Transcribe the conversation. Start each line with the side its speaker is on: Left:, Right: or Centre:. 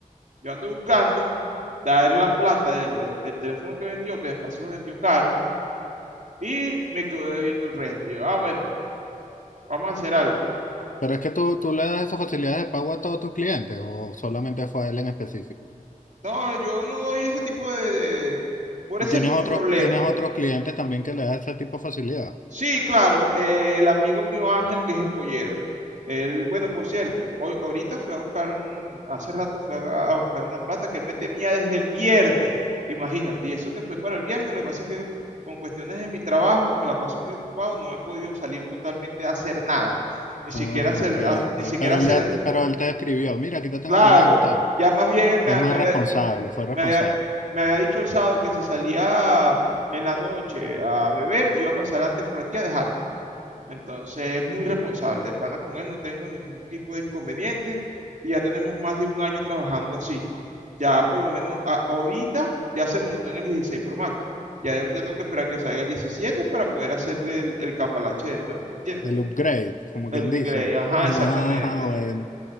Right: Yo ando buscando darle la plata de- de- del teléfono que vendió, que de paso lo vendió caro, y me quedó debiendo el resto. Yo, ah, bueno, vamos a hacer algo.
Left: Pero es que tú, tú le das esas facilidades de pago a todos tus clientes o solamente fue a él en específico.
Right: No, yo no doy ese tipo de, de- de- por
Left: Pero
Right: ese
Left: Tienes
Right: mismo
Left: otros,
Right: problema.
Left: tienes otros clientes también que le das ese tipo de facilidad.
Right: Sí, claro, eh, el amigo mío Ángel, que es el pollero. Él, bueno, por cierto, hoy, ahorita fue a buscar un, hace rato fue a, a buscar una plata que él me tenía desde el viernes, imagínate, y eso que fue para el viernes, lo que pasa es que con cuestiones de mi trabajo, que me la paso muy ocupado, no he podido salir totalmente a hacer nada, ni siquiera
Left: Ah,
Right: hacer,
Left: ok,
Right: a-
Left: ok.
Right: ni siquiera
Left: Pero
Right: hacer,
Left: él ya, pero él te escribió, mira, aquí te tengo
Right: claro,
Left: el dinero y tal.
Right: ya más bien él me,
Left: Es
Right: ha-
Left: más
Right: me había,
Left: responsable, fue responsable.
Right: me había, me había dicho el sábado que si salía en la noche a beber, iba a pasar antes por aquí a dejarme. Entonces es muy responsable. De pana con él no tengo ningún tipo de inconveniente. Y ya tenemos más de un año trabajando así. Ya por lo menos a- ahorita ya se montó en el 16 Pro Max. Ya de ahorita tengo que esperar que salga el 17 para poder hacerle el, el cambalache de nuevo, ¿me entiendes?
Left: El upgrade, como
Right: El
Left: quien
Right: upgrade,
Left: dice.
Right: ajá,
Left: <laughs> ah
Right: exactamente.
Left: bueno.